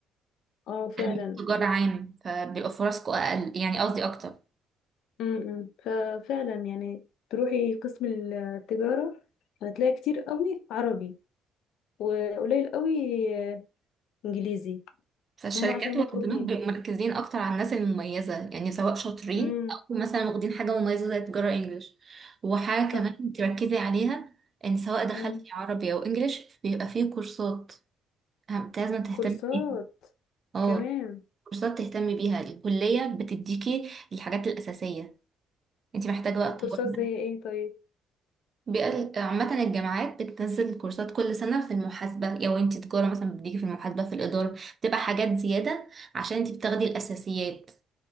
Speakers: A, on the left; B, on the right.
A: اه فعلا
B: تجاره عام فبيبقى فرصكم اقل يعني قصدي اكتر
A: امم ففعلا يعني تروحي قسم التجاره هتلاقي كتير قوي عربي وقليل قوي آه، انجليزي
B: فالشركات
A: هم عشان
B: والبنوك
A: مطلوبين
B: بيبقوا مركزين اكتر على الناس المميزه يعني سواء شاطرين
A: امم
B: او مثلا واخدين حاجه مميزه زي تجاره انجليش وحاجه كمان
A: صح
B: تركزي عليها ان سواء دخلتي
A: امم
B: عربي او انجليش بيبقى فيه كورسات هم- لازم تهتمي
A: كورسات
B: بيها اه
A: كمان
B: كورسات تهتمي بيها الكليه بتديكي الحاجات الاساسيه انت محتاجه بقى تطورها
A: كورسات زي ايه طيب
B: بيقل- عامة الجامعات بتنزل كورسات كل سنة في المحاسبة لو انت تجارة مثلا بتديكي في المحاسبة في الإدارة بتبقى حاجات زيادة عشان انت بتاخدي الأساسيات